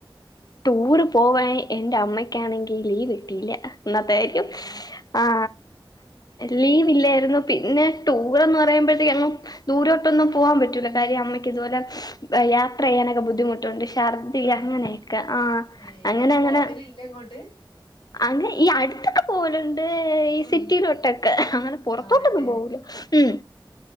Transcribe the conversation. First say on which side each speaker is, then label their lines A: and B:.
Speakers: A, on the left (about 45°); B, on the left (about 70°).
A: ടൂറ് പോവാൻ എൻ്റെ അമ്മയ്ക്കാണെങ്കി ലീവ് കിട്ടിയില്ല അന്നത്തെ ആയിരിക്കും
B: ആണോ
A: ആാ
B: <unintelligible>
A: ലീവ് ഇല്ല്യാര്ന്നു പിന്നെ ടൂറാന്ന് പറയുമ്പോഴത്തേക്ക് എങ്ങും ദൂരോട്ടൊന്നും പോകാൻ പറ്റൂല്ലാ കാര്യം അമ്മയ് ഇതുപലെ യാത്ര ചെയ്യാനൊക്കെ ബുദ്ധിമൊട്ടേണ്ട് ഛർദ്ദില്
B: ആണോ
A: അങ്ങനെ ആ
B: ഏഹ്
A: അങ്ങനെ
B: എങ്ങോട്ട്
A: അങ്ങനെ
B: പോവലില്ല ഇങ്ങോട്ട്
A: അങ്ങ് ഈ അടുത്തോക്കെ പോലും യ് ഈ
B: ആഹ്
A: സിറ്റിയിലോട്ടൊക്കെ അങ്ങനെ പൊറത്തോട്ടൊന്നും
B: ആണല്ലേ
A: പോവൂല്ലാ ഉം